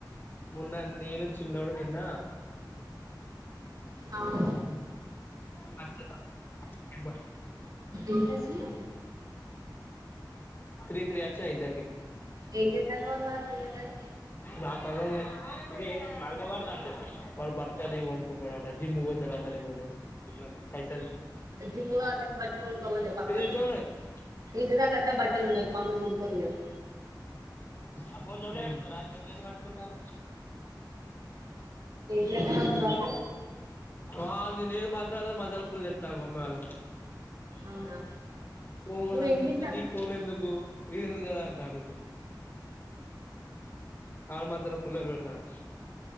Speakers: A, on the left; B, on the right.
A: మొన్న నేను చిన్నోడు నిన్నా
B: అవ్
A: మంచిద ఇన్వాట్
B: ఎంత వచ్చినాయి
A: త్రీ త్రీ అర్చయ్ ఇద్దరికి
B: ఏం చెప్తాను వాడు మరి త్రీ హండ్రెడ్
A: నా క ఇది మల్గవాడద అంటే వాడు బతాలు కొనుకుంటాడుట జిమ్ పోతాడుట లేకపోతే పైసలు
B: జిబగా బట్టకో పక్కన
A: ఇది చూడండి.
B: ఇంటి ద ట్ట బట్టల్ ఉన్న ఎప్పమ మీ ఉ కురయదు
A: ఆ ఫోన్ చబలే పెట్టుకోరా ఆ చేతులు ఎందు పట్టుకుంటాను
B: ఏగత అంత రాబ
A: ఆ నేనేం మాట్లాడద మా మద్దల పుల్ల ఎత్తండు మమ్మీ వాళ్ళకు
B: అవునా
A: పోన్ంద
B: నువ్వేం తింటానవు
A: నీక్ ఫోన్ ఎందుకు ఇది ఎందు కదా అంటానుక ఆ మధ్యలో పుల్లలు పెడదాను